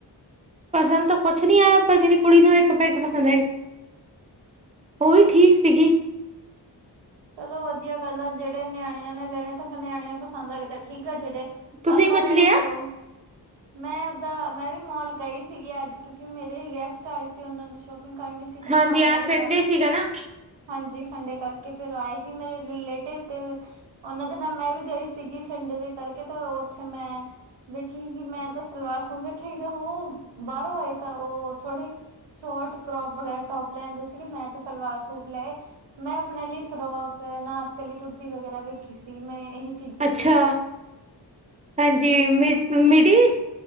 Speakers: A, on the right (about 15°); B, on the right (about 80°).
A: ਪਸੰਦ ਤਾਂ ਕੁਛ ਨੀ ਆਇਆ ਪਰ ਮੇਰੀ ਕੁੜੀ ਨੂੰ ਇੱਕ ਪੈਂਟ ਪਸੰਦ ਆਈ। ਉਹ ਵੀ ਠੀਕ ਸੀਗੀ।
B: ਚਲੋ ਵਧੀਆ ਗੱਲ ਆ ਜਿਹੜੇ ਨਿਆਣਿਆਂ ਨੇ ਲੈਣੇ ਤਾਂ ਫੇਰ ਨਿਆਣੇ ਨੂੰ ਪਸੰਦ ਆ ਗ ਠੀਕ ਆ ਜਿਹੜੇ
A: ਤੁਸੀਂ
B: ਆਪਾਂ
A: ਕੁਛ
B: ਲੈਣੇ
A: ਲਿਆ
B: ਫੇਰ ਓਹੀ ਮੈਂ ਉਦਾਂ ਮੈਂ ਵੀ ਮੋਲ ਗਈ ਸੀਗੀ ਅੱਜ ਕਿਉਂਕਿ ਮੇਰੇ ਗੈਸਟ ਆਏ ਸੀ ਉਹਨਾਂ ਨੇ ਸ਼ੋਪਿੰਗ ਕਰਨੀ ਸੀ। ਤੇ
A: ਹਾਂਜੀ
B: ਮੈਂ ਓਨਾਂ
A: ਅੱਜ
B: ਦੇ
A: ਸੰਡੇ
B: ਨਾਲ
A: ਸੀਗਾ ਨਾ
B: ਹਾਂਜੀ ਸੰਡੇ ਕਰਕੇ। ਫੇਰ ਆਏ ਸੀ ਮੇਰੇ ਰਿਲੇਟਿਵ ਤੇ ਓਨਾਂ ਦੇ ਨਾਲ ਮੈਂ ਵੀ ਗਈ ਸੀਗੀ ਸੰਡੇ ਦੇ ਕਰਕੇ ਤੇ ਉੱਥੇ ਮੈਂ ਵੇਖੀ ਕਿ ਮੈਂ ਤਾਂ ਸਲਵਾਰ ਸੂਟ ਵੇਖਿਆ ਸੀ ਤਾਂ ਹੁਣ ਉਹ ਬਾਹਰੋਂ ਆਏ ਤਾਂ ਓ ਥੋੜੇ ਸ਼ੋਟ, ਕਰੋਪ ਵਗੈਰਾ ਟੋਪ ਲੈਂਦੇ ਸੀਗੇ ਮੈਂ ਤਾਂ ਸਲਵਾਰ ਸੂਟ ਲਏ ਮੈਂ ਆਪਨੇ ਲਈ ਫਰੋਕ, ਅਨਾਰਕਲੀ ਕੁੜਤੀ ਵਗੈਰਾ ਵੇਖੀ ਸੀ ਮੈਂ ਏਹੇ
A: ਅੱਛਾ, ਹਾਂਜੀ ਮਿਡ ਮਿਡੀ।